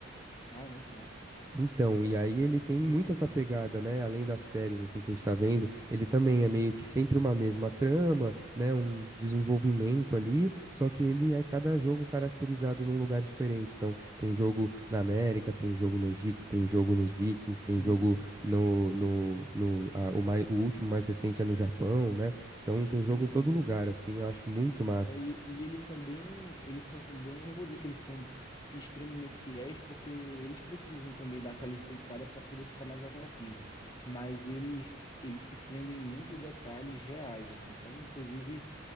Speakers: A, on the left (about 20°); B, on the right (about 15°).
A: Ah, é muito massa, velho.
B: Então, e aí ele
A: Assassin's
B: tem muito
A: Creed é muito
B: essa pegada,
A: massa.
B: né? Além das séries assim que a gente tá vendo, ele também
A: Uhum.
B: é meio que sempre uma mesma trama, né? Um desenvolvimento ali, só que ele é cada jogo caracterizado num lugar diferente. Então, tem jogo na América, tem jogo no Egito, tem jogo nos Vikings, tem
A: Isso.
B: jogo no, no, no ah, o, mai, o último mais recente é no Japão, né? Então, tem jogo
A: Uhum.
B: em todo lugar, assim. Eu acho muito massa.
A: É, e, e eles são bem, eles são bem, eu não vou dizer que eles são extremamente fiéis, porque eles precisam também dar aquela enfeitada para poder ficar mais atrativo, mas eles eles se prendem em muitos detalhes reais, assim, sabe? Inclusive,